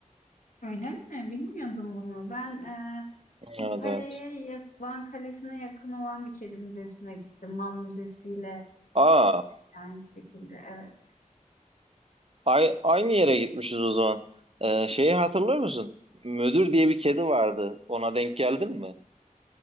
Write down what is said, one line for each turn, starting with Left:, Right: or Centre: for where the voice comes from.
Left: Öyle mi? Bilmiyordum bunu. Ben e,
Right: Evet
Left: bu kaleye,
Right: evet.
Left: ya- Van Kalesi'ne yakın olan bir kedi müzesine gittim. Man Müzesi'yle
Right: Aa,
Left: yakın yani bir şekilde. Evet.
Right: Ay- aynı yere gitmişiz o zaman. Ee, şeyi hatırlıyor musun? Müdür diye bir kedi vardı. Ona denk geldin mi?